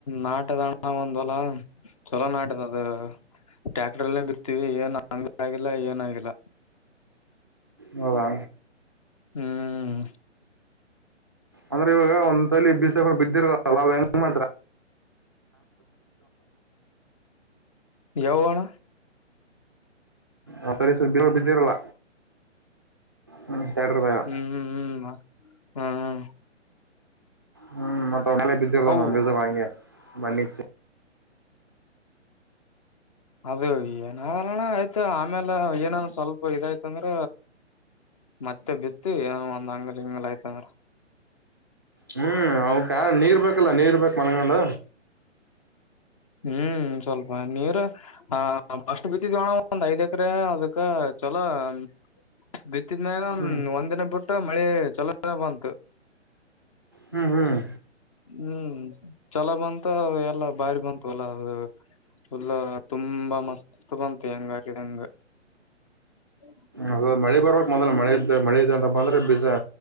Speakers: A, on the left (about 30°); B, on the right (about 20°).
A: ನಾಟದ ಹಾ ಒಂದ್ವಲ ಚಲೋ ನಾಟದ ಅದ ಟ್ಯಾಕ್ಟ್ರಲ್ಲಿ ಬಿತ್ತಿವಿ ಏನ್ ಹಂಗ ಆಗಿಲ್ಲ ಏನ ಆಗಿಲ್ಲ
B: ಹೌದಾ
A: ಹ್ಮ್
B: ಅಂದ್ರೆ ಇವಾಗ ಒಂದಲ್ಲಿ ಬೀಜಗಳುಬಿದ್ದಿರಲ್ಲ ಹೆಂಗ ಮಾಡ್ತ
A: ಯಾವಳ
B: ಆ ತ ಬ ಬಿದ್ದಿರಲ್ಲ ಹ್ಮ ತ ಎಟರದಾಯ
A: ಹ್ಮ್ ಹ್ಮ್ ಹ್ಮ್ ಹ್ಮ್
B: ಹ್ಮ್ ಮತ್ತೆ ಅವನಿಗೆ ಬಿದ್ದಿರನ್
A: ಹೌ
B: ಬೀಜಗಳು ಆಗೇ ಬನ್ನಿ
A: ಅದೇ ಏನಣ ಆಯ್ತ ಆಮೇಲೆ ಏನನ್ ಸ್ವಲ್ಪ ಇದಾಯ್ತಂದ್ರ ಮತ್ತೆ ಬಿತ್ತು ಏನೋ ಒಂದ್ ಅಂಗಲ್ ಹಂಗಲ್ ಆಯ್ತಂದ್ರ
B: ಹ್ಮ್ ಅವಕ ನೀರ್ ಬೇಕಲ್ಲ ನೀರ್ ಬೇಕ ಮಲ್ಗೊಂಡ
A: ಹ್ಮ್ ಸ್ವಲ್ಪ ನೀರ್ ಫಸ್ಟ್ ಬಿತ್ತಿದ್ವಣ ಒಂದ್ ಐದ ಎಕರೆ ಅದಕ್ಕ ಚಲೋ ಬಿ ಬಿಟಿನ್ಯಾಗ
B: ಹ್ಮ್
A: ವಂದನ ಬಿಟ್ಟು ಮಳೆ ಚಲೋ ಬಂತು
B: ಹ್ಮ್ ಹ್ಮ್
A: ಹ್ಮ್ ಚಲೋ ಬಂತ ಎಲ್ಲ ಬಾರಿ ಬಂತು ತೋಲ ಅದು ಲ್ಲ ತುಂಬಾ ಮಸ್ತ್ ಬಂತ ಹೆಂಗ ಹಾಕಿದ ಹೆಂಗ ಹ್ಮ
B: ಹಲೋ ಮಳೆ ಬರ ಮೊದಲ ಮಳೆ ಇದ್ದ ಮಳಿ ಇದ ಅಂತ ಬಿಸ